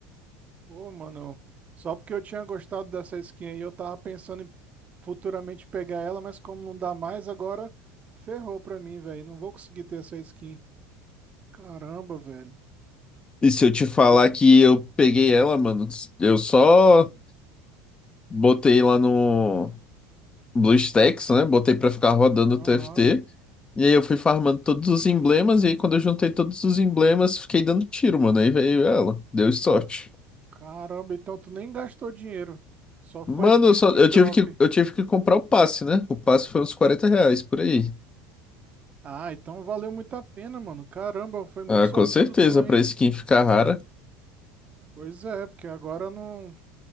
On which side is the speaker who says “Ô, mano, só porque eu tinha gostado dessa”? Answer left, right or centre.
Right